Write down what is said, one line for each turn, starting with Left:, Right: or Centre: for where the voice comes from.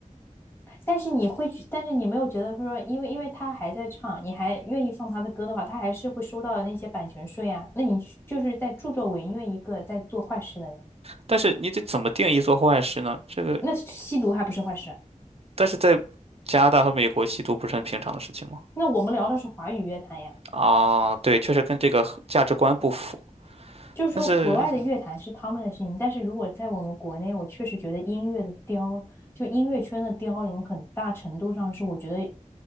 Left: 但是你会觉，但是你没有觉得说，因为因为他还在唱，你还愿意放他的歌的话，他还是会收到那些版权税啊。那你就是在助纣为虐一个在做坏事的人，
Right: 但是你得怎么定义做坏事呢？这个，
Left: 那吸毒还不是坏事？
Right: 但是在加拿大和美国，吸毒不是很平常的事情吗？
Left: 那我们聊的是华语乐坛呀。
Right: 啊，对，确实跟这个价值观不符，
Left: 就是说国外的乐坛是他们的事情，
Right: 但是
Left: 但是如果在我们国内，我确实觉得音乐的凋，就音乐圈的凋零，很大程度上是我觉得